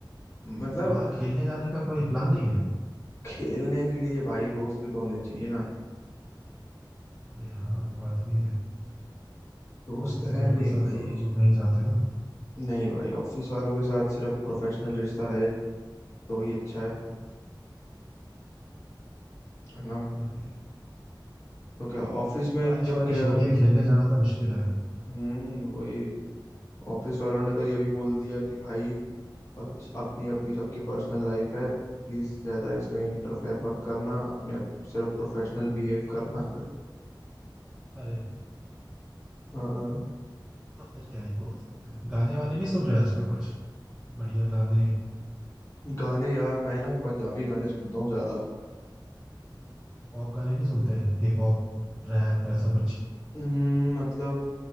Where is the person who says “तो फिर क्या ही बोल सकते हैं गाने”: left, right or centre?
Centre